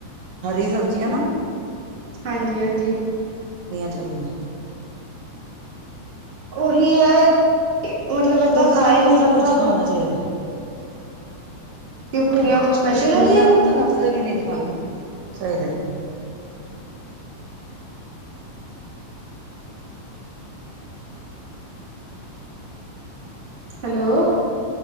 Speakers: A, on the right; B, on the right.
A: ਹਰੀ ਸਬਜ਼ੀਆਂ ਨਾ।
B: ਹਾਂਜੀ-ਹਾਂਜੀ।
A: ਚਾਈਦੀਆਂ।
B: ਉਹੀ ਐ, ਕੀ ਮਤਲਬ, ਏਦਾਂ
A: ਕੁੜੀਆਂ
B: ਖਾ
A: ਨੂੰ
B: ਈ
A: ਤਾਂ
B: ਨੀ
A: ਸਭ
B: ਜਾਂਦਾ।
A: ਕੁਛ ਹੀ ਖਾਣਾ ਚਾਹੀਦਾ
B: ਕੁੜੀਆਂ ਕੁਛ ਸਪੈਸ਼ਲ
A: ਕੁੜੀਆਂ
B: ਹੁੰਦੀਆਂ ਨੇ
A: ਨੂੰ ਤੇ, ਨਖਰੇ ਵੀ ਨੀ, ਦਿਖਾਣ ਚਾਈਦੇ।
B: ਹੈਲੋ।